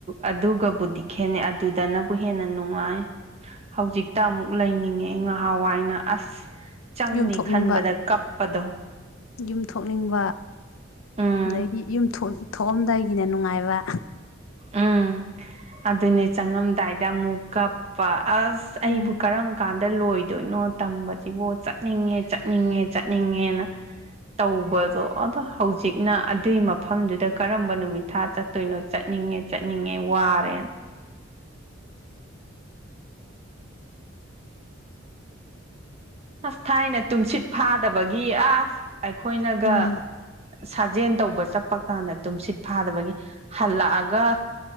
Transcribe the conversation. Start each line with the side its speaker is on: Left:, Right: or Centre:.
Right: ꯑꯗꯨꯒꯕꯨꯗꯤ ꯈꯦꯠꯅꯩ ꯑꯗꯨꯗꯅꯕꯨ ꯍꯦꯟꯅ ꯅꯨꯡꯉꯥꯏ ꯍꯧꯖꯤꯛꯇ ꯑꯃꯨꯛ ꯂꯩꯅꯤꯡꯉꯦ ꯉꯍꯥꯟꯋꯥꯏꯅ ꯑꯁ ꯆꯪꯅꯤ
Left: ꯌꯨꯝ ꯊꯣꯛꯅꯤꯡꯕ
Right: ꯈꯟꯕꯗ ꯀꯞꯄꯗꯣ
Left: ꯌꯨꯝ ꯊꯣꯛꯅꯤꯡꯕ
Right: ꯎꯝ
Left: ꯑꯗꯒꯤ ꯌꯨꯝꯊ ꯊꯣꯛꯑꯝꯗꯥꯏꯗꯒꯤꯅ ꯅꯨꯡꯉꯥꯏꯕ
Right: ꯎꯝ ꯑꯗꯨꯅꯦ ꯆꯪꯉꯝꯗꯥꯏꯗ ꯑꯃꯨꯛ ꯀꯞꯄ ꯑꯁ ꯑꯩꯕꯨ
Left: ꯎꯝ
Right: ꯀꯔꯝ ꯀꯥꯟꯅꯗ ꯗ ꯂꯣꯏꯗꯣꯏꯅꯣ ꯇꯝꯕꯁꯤꯕꯣ ꯆꯠꯅꯤꯡꯉꯦ ꯆꯠꯅꯤꯡꯉꯦ ꯆꯠꯅꯤꯡꯉꯦꯅ ꯇꯧꯕꯗꯣ ꯑꯗꯣ ꯍꯧꯖꯤꯛꯅ ꯑꯗꯨꯏ ꯃꯐꯝꯗꯨꯗ ꯀꯔꯝꯕ ꯅꯨꯃꯤꯠ ꯊꯥ ꯆꯠꯇꯣꯏꯅꯣ ꯆꯠ ꯆꯠꯅꯤꯡꯉꯦ ꯆꯠꯅꯤꯡꯉꯦ ꯋꯥꯔꯦ ꯑꯁ ꯊꯥꯏꯅ ꯇꯨꯝꯁꯤꯠ ꯐꯥꯗꯕꯒꯤ ꯑꯁ ꯑꯩꯈꯣꯏꯅꯒ
Left: ꯎꯝ
Right: ꯁꯥꯖꯦꯜ ꯇꯧꯕ ꯆꯠꯄ ꯀꯥꯟꯗ ꯇꯨꯝꯁꯤꯠ ꯐꯥꯗꯕꯒꯤ ꯍꯜꯂꯛꯑꯒ